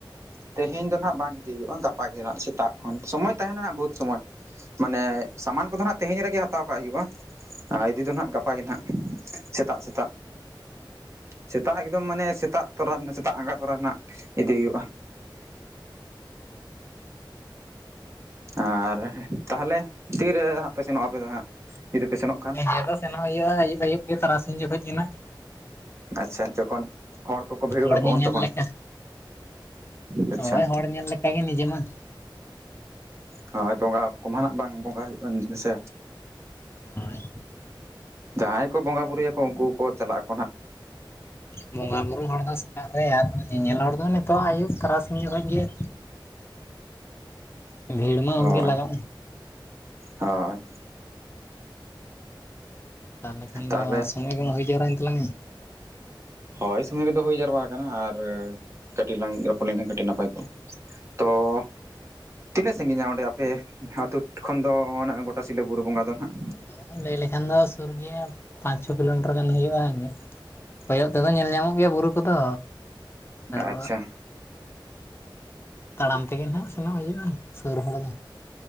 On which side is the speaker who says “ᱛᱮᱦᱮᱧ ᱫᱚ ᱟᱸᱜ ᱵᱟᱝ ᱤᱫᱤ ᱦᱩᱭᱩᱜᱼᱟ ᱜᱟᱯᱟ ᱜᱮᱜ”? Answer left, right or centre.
Right